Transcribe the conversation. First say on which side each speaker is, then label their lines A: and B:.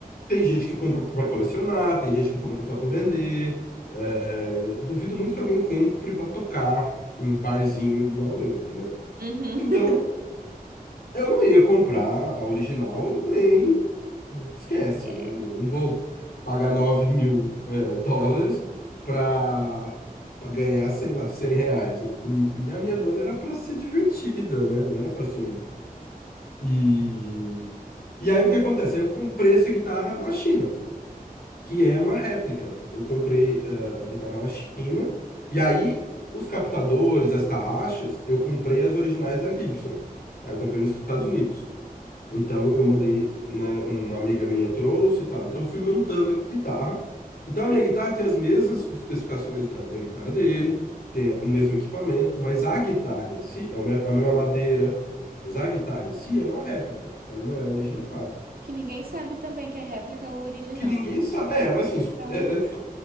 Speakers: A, on the left; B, on the right.
A: Tem gente que compra para colecionar, tem gente que compra só para vender. É,
B: Sim.
A: duvido muito que alguém compre para tocar em barzinho igual eu, entendeu?
B: Uhum.
A: Então, eu não ia comprar a original, nem esquece,
B: É,
A: né? Não, não
B: Sim.
A: vou pagar 9 mil é, dólares para ganhar, sei lá, 100 reais. E, e a minha banda era para ser divertida, né? Não era para ser um. E, e aí o que acontece? Aí eu comprei essa guitarra na China que é uma réplica. Eu comprei eh, a guitarra na China, e aí os captadores, as tarraxas, eu comprei as originais da Gibson. Aí eu comprei nos Estados
B: Uhum.
A: Unidos. Então eu mandei, né, uma amiga minha trouxe e tal. Então eu fui montando a guitarra. Então a minha guitarra tem as mesmas especificações da, da guitarra dele, tem o mesmo equipamento, mas a guitarra em si é o me- a mesma madeira, mas a guitarra em si é uma réplica, ela não é original.
B: Que ninguém sabe também que é réplica ou original.
A: Que ninguém sabe. É, mas assim,
B: Então.
A: é, é